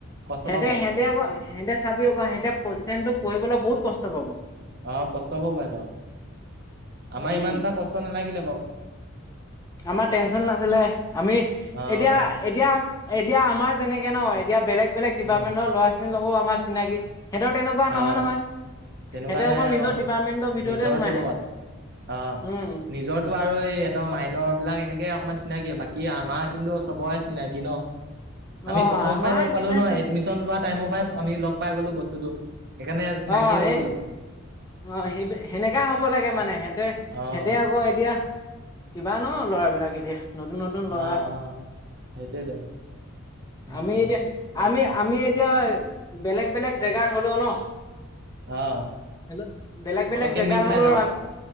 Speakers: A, on the right (about 45°); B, on the left (about 15°).
A: কষ্ট
B: হেঁতে
A: পাব
B: হেঁতে আক' হেঁতে চাবি আক হেঁতে ফৰ্থ চেমটো পঢ়িবলে বহুত কষ্ট পাব।
A: অ কষ্ট পাব এত, আমাৰ
B: উম
A: ইমান এটা কষ্ট নালাগিলে বাৰু,
B: আমাৰ টেনচন নাছিলে, আমি এতিয়া-
A: আহ
B: এতিয়া এতিয়া আমাৰ যেনেকে ন, এতিয়া বেলেগ বেলেগ ডিপাৰ্টমেণ্টৰ
A: উম
B: ল'ৰা খিনিৰ লগতও আমাৰ চিনাকি। সিহঁতৰ তেনেকুৱা
A: আহ
B: নহয় নহয়।
A: তেনেকুৱা
B: সিহঁতে
A: নাই
B: অকল নিজৰ
A: অ'
B: ডিপাৰ্টমেন্টৰ ভিতৰতে
A: নিজৰ
B: সোমাই
A: টো
B: থাকে
A: লগত অ
B: উম
A: নিজৰ- তো আৰু এইহতৰ মাইনৰ বিলাক এনেকে অকমান চিনাকি, বাকী আমাৰ কিন্তু চবৰে চিনাকি ন।
B: <inaudible>
A: আমি প্ৰথমৰ
B: আমাৰ
A: পৰাই লগ পালো
B: কিতাহতো
A: ন, এডমিশন লোৱা টাইমৰ পৰাই আমি লগ পাই গলো, বস্তুটো সেইকাৰণে চিনাকি।
B: অ
A: কি হৈ
B: এই
A: গ'লো।
B: অ সেই সেনেকা হ'ব লাগে মানে, সিহঁতে
A: অ
B: সিহঁতে আকৌ এতিয়া- কিবা ন ল'ৰাবিলাক এতিয়া। নতুন নতুন
A: অ',
B: ল'ৰা
A: অ', সেইটোয়েতো উম,
B: আমি এতিয়া
A: ঠিকে
B: আমি
A: আছে।
B: আমি এতিয়া বেলেগ বেলেগ জেগাৰ হ'লো ন।
A: অ'।
B: হ বেলেগ বেলেগ
A: পতককে
B: জেগা
A: মিল খাই
B: হ'লেও
A: যাওঁ,
B: আ